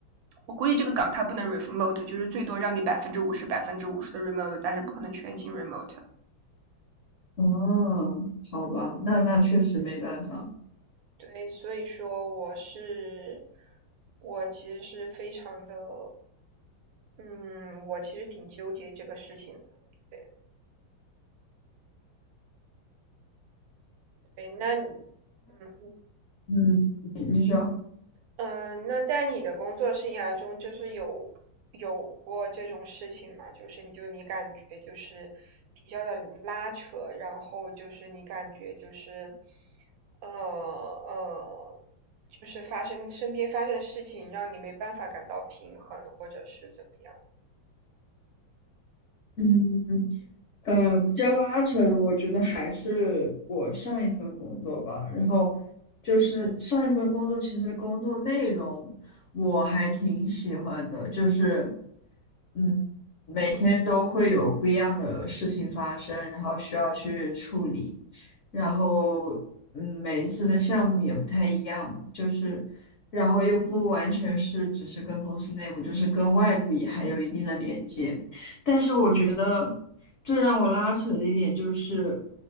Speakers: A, on the right; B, on the left.
A: 我估计这个岗它不能 remote，就是最多让你百分之五十、百分之五十的 remote，但是不可能全勤 remote。
B: 嗯，好吧，那那确实没办法。
A: 对，所以说我是，我其实是非常的，嗯，我其实挺纠结这个事情的。对对，那你，嗯。
B: 嗯，你你说，
A: 嗯，那在你的工作生涯中，就是有有过这种事情吗？就是你就你感觉就是比较的拉扯，然后就是你感觉就是，呃呃，就是发生身边发生的事情，让你没办法感到平衡，或者是怎么样？
B: 嗯，呃，比较拉扯的，我觉得还是我上一份工作吧。然后就是上一份工作，其实工作内容我还挺喜欢的，就是嗯，每天都会有不一样的事情发生，然后需要去处理。然后嗯，每一次的项目也不太一样，就是然后又不完全是只是跟公司内部，就是跟外部也还有一定的连接。但是我觉得最让我拉扯的一点就是，